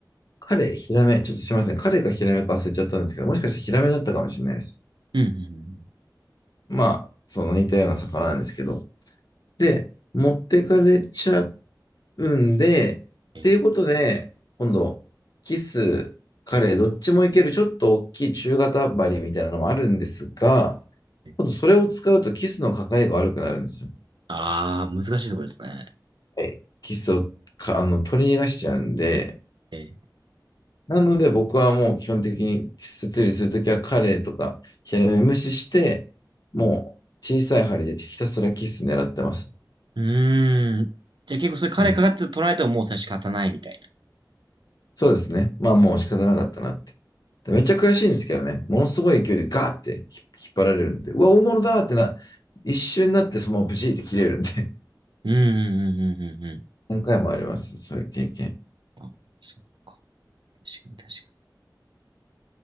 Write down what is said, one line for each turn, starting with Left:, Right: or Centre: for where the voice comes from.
Left: カレイ、ヒラメ、ちょっとすいません。カレイかヒラメか忘れちゃったんですけど、もしかしたらヒラメだったかもしれないです。
Right: うん、うん
Left: まあ、その似たような魚なんですけど。で、持ってかれちゃうんで、
Right: うんうんええ
Left: っていうことで、今度、キス、カレイ、どっちもいける、ちょっと大きい中型針みたいなのもあるんですが、
Right: ええ
Left: 今度それを使うとキスのかかりが悪くなるんですよ。
Right: ああ、難しいところですね。
Left: はいキスをかあの取り逃がしちゃうんで、
Right: ええ。
Left: なので僕はもう基本的にキス釣りするときはカレーとかヒラメ無視して、もう小さい針でひたすらキス狙ってます。
Right: うーん。じゃあ結構それカレーかかって取られてももうそれ仕方ないみたいな。
Left: うん。そうですね。まあもう仕方なかったなって。めっちゃ悔しいんですけどね。ものすごい勢いでガーって引っ張られるんで、うわ、大物だーってな、一瞬になってそのままブチって切れるんで、
Right: うん、うん、うん、うん、うん。うん
Left: <laughs> 何回もあります。そういう経験。
Right: あ、そっか。確かに確か